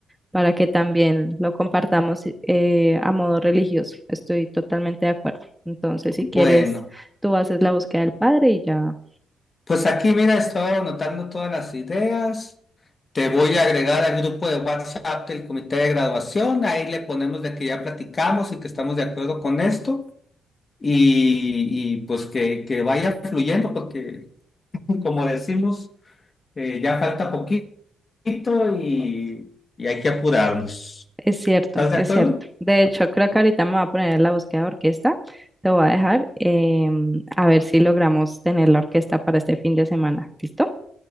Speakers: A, in the centre; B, on the left.
A: para que también lo compartamos eh, a modo religioso, estoy totalmente de acuerdo. Entonces,
B: Bueno,
A: si quieres, tú haces la búsqueda del padre y ya
B: pues aquí, mira, estoy anotando todas las ideas. Te voy a agregar al grupo de WhatsApp del comité de graduación. Ahí le ponemos de que ya platicamos y que estamos de acuerdo con esto. Y, y, pues que, que vaya fluyendo, porque <laughs> como decimos, eh, ya falta poquito. poquito y, y hay que apurarnos.
A: Es cierto,
B: ¿Estás de
A: es
B: acuerdo?
A: cierto. De hecho, creo que ahorita me voy a poner en la búsqueda de orquesta. Te voy a dejar em, a ver si logramos tener la orquesta para este fin de semana. ¿Listo?